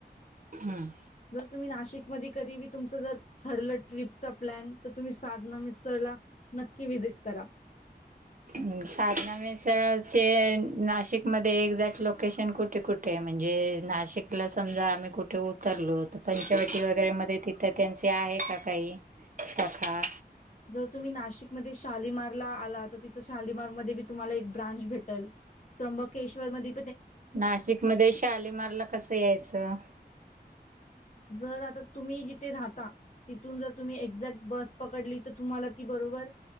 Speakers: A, on the right (about 50°); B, on the left (about 45°).
A: हम्म.
B: जर तुम्ही नाशिक मदी कधी बी तुमचं जर ठरलं ट्रिपचा प्लॅन तर तुम्ही साधना मिसळला नक्की विजिट करा.
A: हम्म साधना मिसळचे नाशिकमध्ये एक्झॅक्ट लोकेशन कुठे कुठे आहे म्हणजे नाशिकला समजा आम्ही कुठे उतरलो तर पंचवटी वगैरे मध्ये तिथं त्यांचे आहे का काही शाखा
B: जर तुम्ही नाशिकमध्ये शालीमारला आला तर तिथं शालीमार मध्ये तुम्हाला एक ब्रांच भेटल त्र्यंबकेश्वर मध्ये
A: नाशिक मध्ये शालीमारला कसं यायचं?
B: जर आता तुम्ही जिथे राहता तिथून जर तुम्ही एक्झॅक्ट बस पकडली तर तुम्हाला ती ब बरोबर